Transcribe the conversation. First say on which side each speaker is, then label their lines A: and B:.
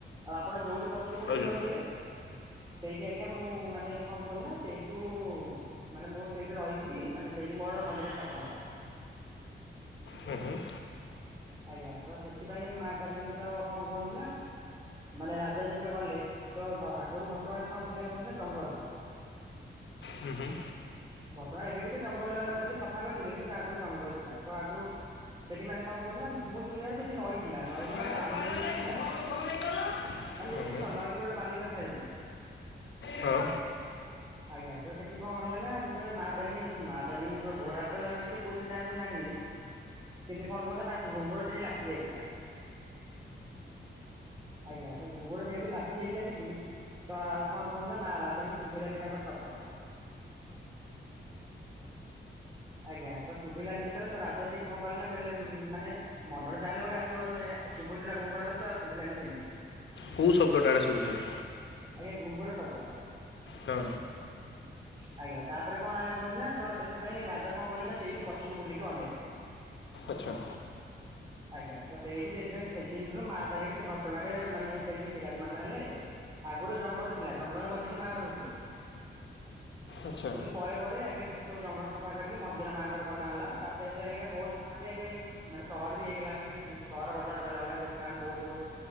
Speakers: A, on the right (about 20°); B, on the left (about 75°).
A: ଆଉ ଆପଣ ଯୋଉଠି ପ ଛକୁ ବୁଲିକି
B: ଆଜ୍ଞା।
A: ଅନେଇବେ ସେଇଠି ଆଜ୍ଞା ମୁଁ ମାନେ କଣ କହୁଛି ନା ସେଇଠୁ ମାନେ ମୁଁ ସେଇଠି ରହିଯିବି ମାନେ ସେଇଠି ମୋର ମନ୍ଦିର ସ୍ଥାପନ ହବ।
B: ହୁଁ ହୁଁ।
A: ଆଜ୍ଞା ତ ସେଥିପାଇଁ ମା ତାରିଣୀ ତ କଣ କୁହନ୍ତୁ ନା ମାନେ ରାଜା ଯେତେବେଳେ ଗଲେ ତ ଘ ଆଗରୁ ଘଟଗାଁରେ କଣ ଥିଲା କୁହନ୍ତି ନା ଜଙ୍ଗଲ।
B: ହୁଁ ହୁଁ।
A: ଘଟଗାଁ ଏବେ ବି ତ ଜଙ୍ଗଲ ଏବେ ସଫା କରିଦେଲେଣି କିନ୍ତୁ ଆଗରୁ ଜଙ୍ଗଲ ଥିଲା ତ ଆଗରୁ ସେଠି ମାନେ କଣ କହୁଥିଲା ନା ମୁଁ ଶୁଣିବ ସେଠି ନଈ ଥିଲା ନଈରେ
B: ହୁଁ
A: ମାନେ ବାଲି ଥିଲା।
B: ହୁଁ। ହଁ। ହୁଁ
A: ମାନେ ଯେମିତି
B: ହୁଁ।
A: ସ ନଈ କୂଳରେ ବାଲି ନଥାଏ କି?
B: ହଁ।
A: ଆଜ୍ଞା ତ ସେଠି କଣ ହେଲା ନା ସେତେବେଳେ ମା ତାରିଣୀ ମା ତାରିଣୀ ଙ୍କ ଘୋଡାରେ ତ କିଏ କହୁଥିଲେ ଯାଆନ୍ତି ମୁଁ ଜାଣିନି କିନ୍ତୁ କଣ କହୁଥିଲା ତାଙ୍କ ଘୁଙ୍ଗୁର ସେଠି ଲାଖି ଯାଇଥିଲା। ଆଜ୍ଞା ତ ଘୁଙ୍ଗୁର ଯେହେତୁ ଲାଖି ଯାଇଥିଲା ସେଠି ତ ଆଉ କଣ କହୁନ ନା ମା ରାଜାଙ୍କୁ ଶୁଭେଇିଲାନି ତାଙ୍କର ଶବ୍ଦ। ଆଜ୍ଞା ତ ଶୁଭିଲାନି ଯେତେବେଳେ ତ ରାଜା ସେଇଠି କଣ କିଲ ନା କହିଲେ ମାନେ ମନରେ ଯାହାେଲେ ଗୋଟେ ଆସିବ ଯେ ଶୁଭୁଥିଲା ଘୁଙ୍ଗୁରା ଶବ୍ଦ ତ ଆଉ ଶୁଭିଲାନି କେମିତି।
B: କୋଉ ଶବ୍ଦଟା ଶୁଭୁଥିଲା?
A: ଆଜ୍ଞା ଘୁଙ୍ଗୁର ଶବ୍ଦ।
B: ତ।
A: <inaudible> ଆଜ୍ଞା ତାପରେ କଣ ହେଲା କୁହନ୍ତୁ ନା ତ ସେଥିପାଇଁ ରାଜା କଣ କଲେ ନା ସେଇଠି ପଛକୁ ବୁଲିକି ଅନେଇ ଦେଲେ।
B: ଆଚ୍ଛା।
A: ଆଜ୍ଞା ତ ସେଇଠି ସେଇଥିପାଇଁ ସେଦିନୁ ମା ତାରିଖରେ ସେ ଘଟଗାଁ ରେ ମାନେ ସେଇଠି ବିରାଜମାନ ହେଲେ। ଆଗରୁ ଜଙ୍ଗଲ ଥିଲା ଜଙ୍ଗଲ ମଝିରେ ମା ରହୁଥିଲେ।
B: ଆଚ୍ଛା
A: କିନ୍ତୁ ପରେ ପରେ ଆଜ୍ଞା ସେଠି ସବୁ ଜଙ୍ଗଲ ସଫା କରିକି ମନ୍ଦିର ମାଆଙ୍କର ବନା ହେଲା ତାପରେ ଏବେ ଆଜ୍ଞା ବହୁତ ମାନେ ଏବେ ମାନେ ସହର ବି ହେଇଗଲାଣି ସେଠି ସହର ବଜାର କହିଲା ଭଳିଆ ଦୋକାନ ବହୁତ ବହୁତ